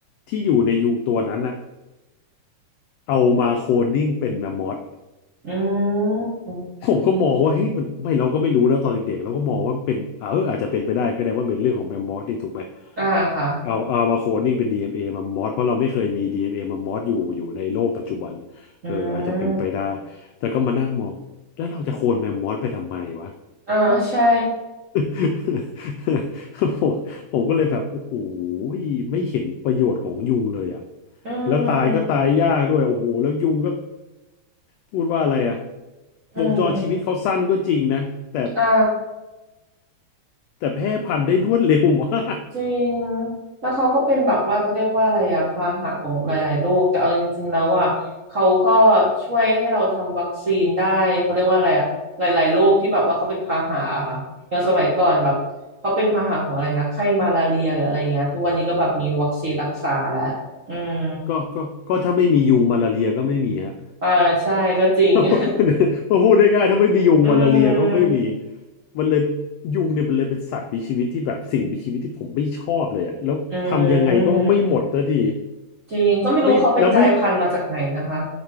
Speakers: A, on the left; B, on the right.
A: ที่อยู่ในยุงตัวนั้นอะเอามาโคลนนิ่งเป็นแมมมอส
B: อืม
A: ผมก็มองว่าเฮ้ยมันไม่เราก็ไม่รู้นะตอนเด็กๆเราก็มองว่ามันเป็นเอออาจจะเป็นไปได้ก็ได้ว่าเป็นเรื่องของแมมมอสนี่ถูกไหม
B: อ่าค่ะ
A: เอาเอามาโคลนนิ่งเป็น d เ a แมมมอสเพราะเราไม่เคยมี d เ a แมมมอสอยู่อยู่ในโลกปัจจุบัน
B: อื
A: เอออาจจะเป็นไปได้
B: ม
A: แต่ก็มานั่งมองแล้วเราจะโคลนแมมมอสไปทำไมวะ
B: อ่าใช่
A: <laughs> ผมผมก็เลยแบบโอ้โหไม่เห็นประโยชน์ของยุงเลยอ่ะ
B: อื
A: แล้วตายก็ตายยากด้วยโอ้โหแล้วยุงก็
B: ม
A: พูดว่าอะไรอ่ะ
B: อืม
A: วงจรชีวิตเขาสั้นก็จริงนะแต่
B: อ่า
A: แต่แพร่พันธุ์ได้รวดเร็วมาก <laughs>
B: จริงแล้วเขาก็เป็นแบบว่าเขาเรียกว่าอะไรอะพาหะของหลายๆโรคแต่เอาจริงๆแล้วอะเขาก็ช่วยให้เราทำวัคซีนได้เขาเรียกว่าอะไรอะหลายๆโรคที่แบบว่าเขาเป็นพาหะอะค่ะอย่างสมัยก่อนแบบเขาเป็นพาหะของอะไรนะไข้มาลาเรียหรืออะไรเงี้ยทุกวันนี้ก็แบบมีวัคซีนรักษาแล้วอืม
A: ก็ก็ก็ถ้าไม่มียุงมาลาเรียก็ไม่มีฮะ
B: อ่าใช่ก็จริง <laughs>
A: <laughs> มาพูดได้ง่ายถ้าไม่มียุงมาลาเรียก็ไม่มี
B: อืม
A: มันเลยยุงเนี่ยมันเลยเป็นสัตว์มีชีวิตที่แบบสิ่งมีชีวิตที่ผมไม่ชอบเลยอะแล้วทำยังไงก็ไม่หมดสักที
B: อืม จริงก็ไม่รู้เขาไปกลายพันธุ์มาจากไหนนะคะ
A: ไม่แล้วไม่